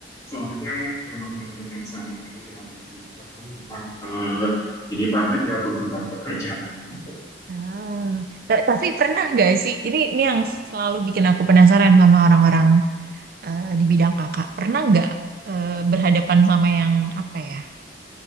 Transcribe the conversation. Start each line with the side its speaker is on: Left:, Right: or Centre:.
Left: Soalnya memang udah kerjaan sehari-hari ya, dan juga kan memang eh, ini banget ya tuntutan pekerjaan gitu.
Right: Ah. Ta- Tapi pernah gak sih? Ini ini yang selalu bikin aku penasaran sama orang-orang eh, di bidang kakak. Pernah nggak eh, berhadapan sama yang apa ya?